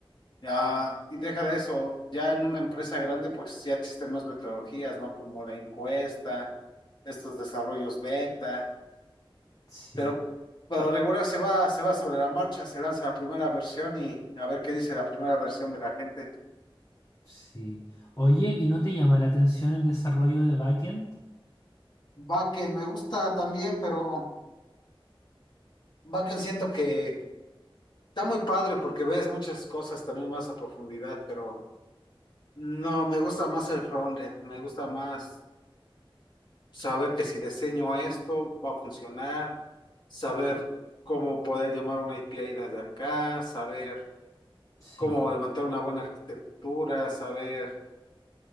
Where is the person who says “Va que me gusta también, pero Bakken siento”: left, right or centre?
Left